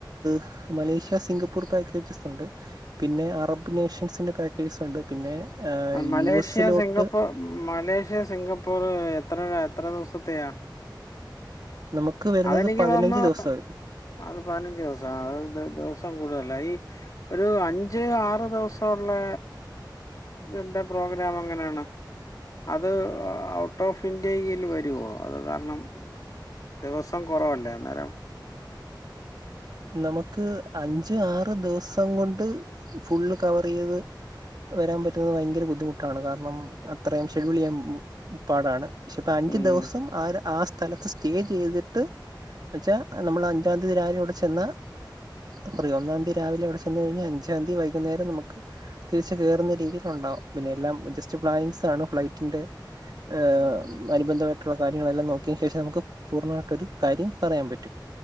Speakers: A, on the right; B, on the left.
A: ഹ് മലേഷ്യ സിംഗപ്പൂർ പാക്കേജസ് ഉണ്ട്. പിന്നെ അറബ് നേഷൻസിന്റെ പാക്കേജസ് ഉണ്ട് പിന്നെ
B: മലേഷ്യ
A: യു എ സി ലോട്ട്.
B: സിംഗപ്പൂർ മലേഷ്യ സിംഗപ്പൂർ എത്ര രാ എത്ര ദിവസത്തെയാ?
A: നമുക്ക് വരുന്നത്
B: അതെനിക്ക്
A: പതിനഞ്ച്
B: തോന്നുന്നു
A: ദിവസാ
B: അത് പതിനഞ്ച് ദിവസം അത് ദിവസം കൂടുതല. ഈ ഒരു അഞ്ച് ആറ് ദിവസം ഒക്കെയുള്ള ഇതിന്റെ പ്രോഗ്രാം എങ്ങനെയാണ്? അത് ഔട്ട് ഓഫ് ഇന്ത്യയിൽ വരോ? അത് കാരണം. ദിവസം കൊറവല്ലേ അന്നേരം.
A: നമുക്ക് അഞ്ച് ആറ് ദിവസം കൊണ്ട് ഫുള്ള് കവർ ചെയ്ത്. വരാൻ പറ്റുന്നത് ഭയങ്കര ബുദ്ധിമുട്ടാണ്. കാരണം അത്രയും ഷെഡ്യൂൾ ചെയ്യാൻ പാടാണ്. പക്ഷെ ഇപ്പ അഞ്ചു
B: ഉം
A: ദിവസം ആ ആ സ്ഥലത്ത് സ്. സ്റ്റേ ചെയ്തിട്ട് എന്നെച്ചാ നമ്മൾ അഞ്ചാം തീയതി രാവിലെ അവിടെ ചെന്നാ പറയോ ഒന്നാം തീ രാവിലെ അവിടെ ചെന്ന് കഴിഞ്ഞൽ അഞ്ചാം തീ വൈകുന്നേരം നമുക്ക്. തിരിച്ച് കേറുന്ന രീതിൽ ണ്ടാവും. പിന്നെ എല്ലാം ജസ്റ്റ് പ്ലാനിങ്സ് ആണ് ഫ്ലൈറ്റിന്റെ. ഏഹ്.
B: ഉം
A: അനുബന്ധമായിട്ടുള്ള കാര്യങ്ങളെല്ലാം നോക്കിയന് ശേഷം നമുക്ക് പൂർണ്ണമായിട്ടൊരു കാര്യം പറയാൻ പറ്റും.